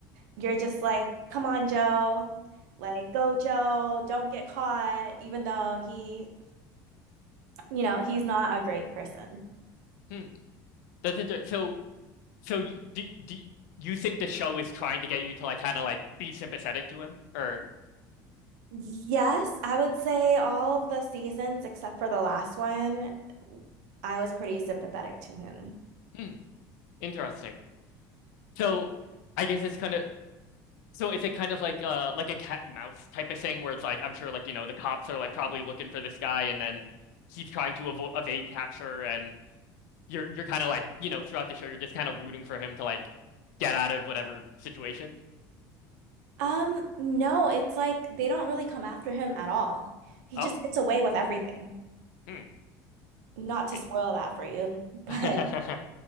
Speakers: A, on the right (about 80°); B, on the left (about 80°).
A: you're just like, come on, Joe. Like, go, Joe. Don't get caught, even though he, you know, he's not a great person.
B: Hmm. That's inter so so you, do do you think the show is trying to get you to like kind of like be sympathetic to him or
A: Yes, I would say all of the seasons except for the last one, I was pretty sympathetic to him.
B: hmm. Interesting. So I guess it's kind of so is it kind of like uh like a cat and mouse type of thing where it's like I'm sure like you know the cops are like probably looking for this guy and then he's trying to avo evade capture and you're you're kind of like you know throughout the show you're just kind of rooting for him to like get out of whatever situation.
A: Um, no, it's like they don't really come after him at all. He
B: Oh,
A: just gets away with everything.
B: hmm.
A: Not to
B: It-
A: spoil that for you, <laughs> but
B: <laughs>